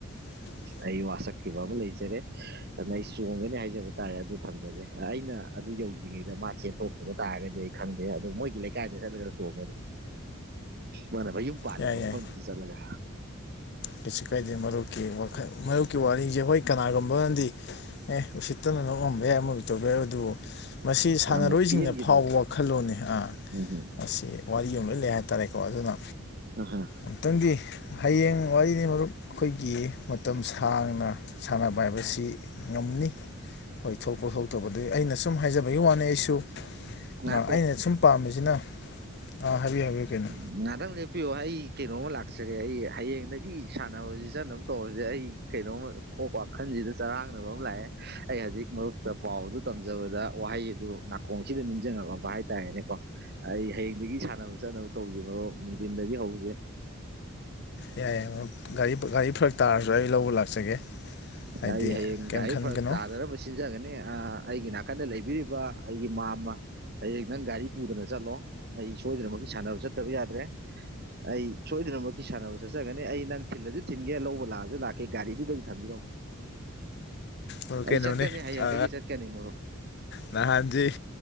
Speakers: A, on the left (about 50°); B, on the right (about 45°).
A: <inaudible>
B: ꯑꯩ ꯋꯥꯁꯛꯈꯤꯕ ꯑꯃ ꯂꯩꯖꯔꯦ ꯑꯗꯨꯅ ꯑꯩ ꯆꯣꯡꯒꯅꯤ ꯍꯥꯏꯖꯕ ꯇꯥꯔꯦ ꯑꯗꯨ ꯊꯝꯖꯒꯦ ꯑꯩꯅ ꯑꯗꯨ ꯌꯧꯗ꯭ꯔꯤꯉꯩꯗ ꯃꯥ ꯆꯦꯟꯊꯣꯛꯈꯤꯕ ꯇꯥꯔꯒꯗꯤ ꯑꯩ ꯈꯪꯗꯦ ꯑꯗꯨ ꯃꯣꯏꯒꯤ ꯂꯩꯀꯥꯏꯗ ꯆꯠꯂꯒ ꯆꯣꯡꯉꯅꯤ ꯃꯥꯅ ꯃꯌꯨꯝ ꯄꯥꯜꯂꯤꯕ
A: ꯌꯥꯏ ꯌꯥꯏ
B: ꯃꯐꯝꯗꯨꯗ ꯆꯠꯂꯒ
A: ꯀꯩꯁꯨ ꯀꯥꯏꯗꯦ ꯃꯔꯨꯞꯀꯤ ꯋꯥꯈꯜ ꯃꯔꯨꯞꯀꯤ ꯋꯥꯔꯤꯁꯦ ꯍꯣꯏ ꯀꯅꯥꯒꯨꯝꯕꯅꯗꯤ ꯑꯦ ꯎꯁꯤꯠꯇꯅ ꯅꯣꯡꯑꯝꯕ ꯌꯥꯏ ꯑꯃ ꯇꯧꯕ ꯌꯥꯏ ꯑꯗꯨꯕꯨ ꯃꯁꯤ ꯁꯥꯟꯅꯔꯣꯏꯁꯤꯡꯅ
B: ꯌꯥꯝꯅ ꯄꯦꯟꯈꯤꯗꯕ
A: ꯐꯥꯎꯕ ꯋꯥꯈꯜꯂꯣꯟꯅꯤ ꯑꯥ
B: ꯎꯝ ꯍꯨꯝ
A: ꯃꯁꯤ ꯋꯥꯔꯤ ꯑꯃ ꯂꯣꯏ ꯂꯩ ꯍꯥꯏꯇꯥꯔꯦꯀꯣ ꯑꯗꯨꯅ
B: ꯑ ꯍ
A: ꯑꯝꯇꯪꯗꯤ ꯍꯌꯦꯡ ꯋꯥꯔꯤꯅꯤ ꯃꯔꯨꯞ ꯑꯩꯈꯣꯏꯒꯤ ꯃꯇꯝ ꯁꯥꯡꯅ ꯁꯥꯟꯅꯕ ꯍꯥꯏꯕꯁꯤ ꯉꯝꯅꯤ ꯍꯣꯏ ꯊꯣꯛꯄ ꯊꯣꯛꯇꯄꯗ ꯑꯩꯅ ꯁꯨꯝ ꯍꯥꯏꯖꯕꯒꯤ ꯋꯥꯅꯤ ꯑꯩꯁꯨ
B: ꯉꯥꯏꯈꯣ
A: ꯑ ꯑꯩꯅ ꯁꯨꯝ ꯄꯥꯝꯃꯤꯁꯤꯅ ꯑ ꯍꯥꯏꯕꯤꯌꯨ ꯍꯥꯏꯕꯤꯌꯨ ꯀꯩꯅꯣ
B: ꯉꯍꯥꯛꯇꯪ ꯂꯦꯞꯄꯤꯌꯣ ꯑꯩ ꯀꯩꯅꯣꯃ ꯂꯥꯛꯆꯒꯦ ꯑꯩ ꯍꯌꯦꯡꯗꯒꯤ ꯁꯥꯟꯅꯕ ꯁꯤ ꯆꯠꯅꯕ ꯇꯧꯔꯁꯦ ꯑꯩ ꯀꯩꯅꯣꯝꯃ ꯋꯥꯈꯜꯁꯤꯗ ꯆꯔꯥꯡꯅꯕ ꯑꯃ ꯂꯥꯛꯑꯦ ꯑꯩ ꯍꯧꯖꯤꯛ ꯃꯔꯨꯞꯇ ꯄꯥꯎꯗꯨ ꯇꯝꯖꯕꯗ ꯋꯥꯍꯩ ꯑꯗꯨ ꯅꯥꯀꯣꯡꯁꯤꯗ ꯅꯤꯡꯁꯤꯡꯉꯕ ꯍꯥꯏꯇꯥꯔꯦꯅꯦꯀꯣ ꯑꯩ ꯍꯌꯦꯡꯗꯒꯤ ꯁꯥꯟꯅꯕ ꯆꯠꯅꯕ ꯇꯧꯁꯦ ꯃꯔꯨꯞ ꯅꯨꯡꯊꯤꯟꯗꯒꯤ ꯍꯧꯁꯦ
A: ꯌꯥꯏ ꯌꯥꯏ ꯃꯔꯨꯞ ꯒꯥꯔꯤ ꯒꯥꯔꯤ ꯐꯔꯛ ꯇꯥꯔꯁꯨ ꯑꯩ ꯂꯧꯕ ꯂꯥꯛꯆꯒꯦ ꯍꯥꯏꯗꯤ
B: ꯑꯩ ꯍꯌꯦꯡ
A: ꯀꯔꯤꯝ
B: ꯒꯥꯔꯤ
A: ꯈꯟꯒꯅꯣ
B: ꯐꯔꯛ ꯇꯥꯗꯅꯕ ꯁꯤꯟꯖꯒꯅꯤ ꯑꯩꯒꯤ ꯅꯥꯀꯟꯗ ꯂꯩꯕꯤꯔꯤꯕ ꯑꯩꯒꯤ ꯃꯥꯝꯃ ꯑꯩ ꯅꯪ ꯒꯥꯔꯤ ꯄꯨꯗꯅ ꯆꯠꯂꯣ ꯑꯩ ꯁꯣꯏꯗꯅꯃꯛꯀꯤ ꯁꯥꯟꯅꯕ ꯆꯠꯇꯕ ꯌꯥꯗ꯭ꯔꯦ ꯑꯩ ꯁꯣꯏꯗꯅꯃꯛꯀꯤ ꯁꯥꯟꯅꯕ ꯆꯠꯆꯒꯅꯤ ꯑꯩ ꯅꯪ ꯊꯤꯜꯂꯁꯨ ꯊꯤꯟꯟꯒꯦ ꯂꯧꯕ ꯂꯥꯛꯑꯁꯨ ꯂꯥꯛꯀꯦ ꯒꯥꯔꯤꯗꯨꯗꯗꯤ ꯊꯝꯕꯤꯔꯝꯃꯣ
A: ꯑꯣ ꯀꯩꯅꯣꯅꯦ
B: ꯑꯩ ꯆꯠꯀꯅꯤ ꯍꯌꯦꯡꯗꯒꯤ
A: ꯑ
B: ꯆꯠꯀꯅꯤ ꯃꯔꯨꯞ
A: ꯅꯍꯥꯟꯁꯦ